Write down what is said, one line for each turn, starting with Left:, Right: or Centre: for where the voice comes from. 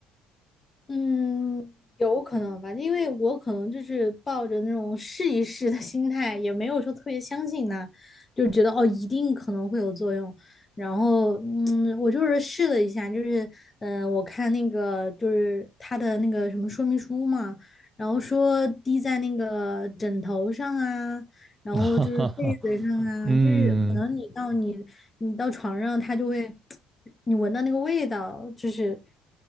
Left: 嗯，有可能吧，因为我可能就是抱着那种试一试的心态，也没有说特别相信它，就觉得哦，一定可能会有作用。然后，嗯，我就是试了一下，就是，嗯、我看那个就是它的那个什么说明书嘛，然后说滴在那个枕头上啊，然后就是被子上啊，
Right: <laughs> 哈哈哈，嗯。
Left: 就是可能你到你你到床上，它就会 <tsk>，<smacks lips> 你闻到那个味道，就是。